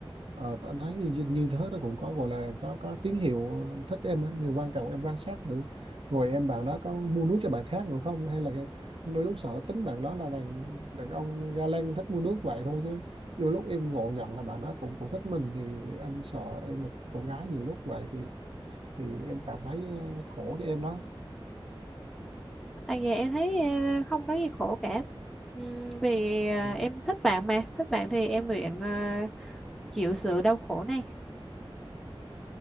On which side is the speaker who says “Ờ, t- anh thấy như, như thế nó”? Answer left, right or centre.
Right